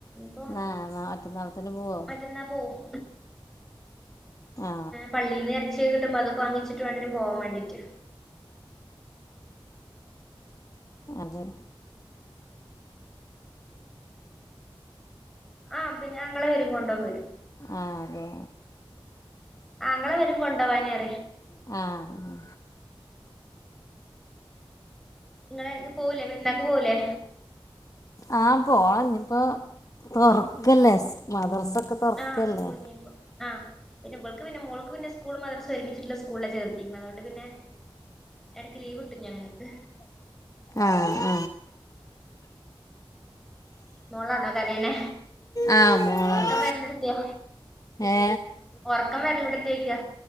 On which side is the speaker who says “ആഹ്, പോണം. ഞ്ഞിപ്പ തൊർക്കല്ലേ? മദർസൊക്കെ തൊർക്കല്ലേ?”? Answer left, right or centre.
Left